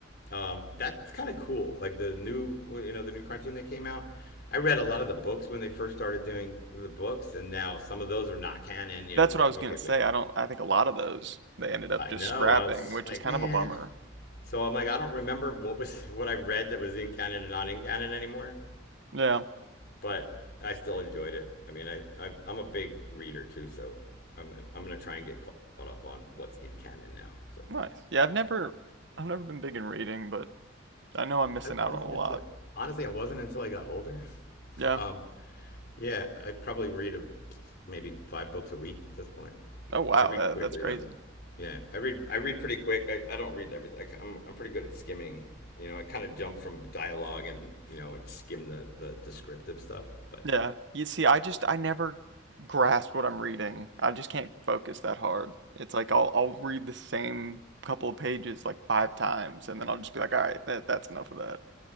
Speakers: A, on the left; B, on the right.
A: um, that's kind of cool. Like the new, you know, the new cartoon that came out. I read a lot of the books when they first started doing the books, and now some of those are not canon. You
B: That's
A: know, it's
B: what
A: like,
B: I was
A: okay,
B: gonna say.
A: wait,
B: I don't. I think a lot of those they ended up
A: I
B: just
A: know.
B: scrapping,
A: I was
B: which
A: like,
B: is kind
A: man.
B: of a bummer.
A: So I'm like, I don't remember what was <laughs> what I read that was in canon and not in canon anymore.
B: Yeah.
A: But I still enjoyed it. I mean, I, I I'm a big reader too, so I'm gonna, I'm gonna try and get caught up on what's in canon now. So
B: Nice. Yeah, I've never I've never been big in reading, but I know I'm missing
A: I
B: out
A: wasn't
B: on a lot.
A: until honestly, I wasn't until I got older. <laughs>
B: Yeah.
A: Um, Yeah, I probably read a, maybe five books a week at this point.
B: Oh wow,
A: I read
B: that,
A: quickly
B: that's crazy.
A: though. Yeah, I read I read pretty quick. I, I don't read everything. I, am I'm pretty good at skimming. You know, I kind of jump from dialogue and you know it skim the the descriptive stuff. But
B: Yeah. You see, I just I never grasp what I'm reading. I just can't focus that hard. It's like I'll I'll read the same couple of pages like five times and then I'll just be like, "All right, that that's enough of that."